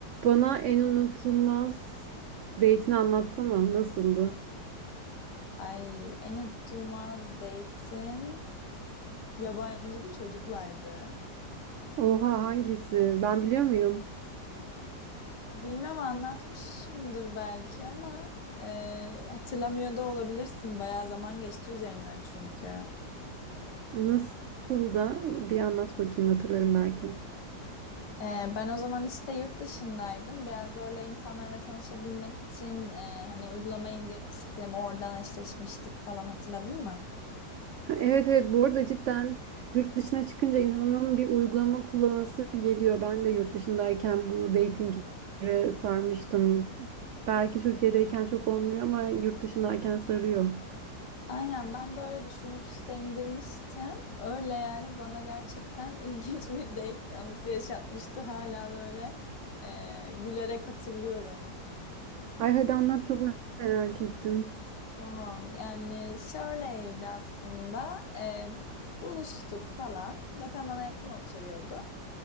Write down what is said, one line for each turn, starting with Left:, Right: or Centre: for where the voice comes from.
Right: Bana en unutulmaz date'ini anlatsana. Nasıldı?
Left: Ay en unutulmaz date'im yabancı bir çocuklaydı.
Right: Oha hangisi? Ben biliyor muyum?
Left: Bilmem anlatmışımdır belki ama e, hatırlamıyor da olabilirsin. Bayağı zaman geçti üzerinden çünkü.
Right: Nasıl da bir anlat bakayım hatırlarım belki.
Left: E, ben o zaman işte yurt dışındaydım. Biraz böyle insanlarla tanışabilmek için e, hani uygulama indirmiştim. Oradan eşleşmiştik falan hatırladın mı?
Right: Ha, Evet evet bu arada cidden yurt dışına çıkınca insanın bir uygulama kullanası geliyor. Ben de yurt dışındayken bu datinglere sarmıştım. Belki Türkiye'deyken çok olmuyor ama yurt dışındayken sarıyor.
Left: Aynen ben de öyle düşünüp işte indirmiştim. Öyle yani bana gerçekten <laughs> ilginç bir date anısı yaşatmıştı hala böyle e, gülerek hatırlıyorum.
Right: Ay hadi anlat çok merak ettim.
Left: Tamam yani şöyleydi aslında E, buluştuk falan zaten bana yakın oturuyordu.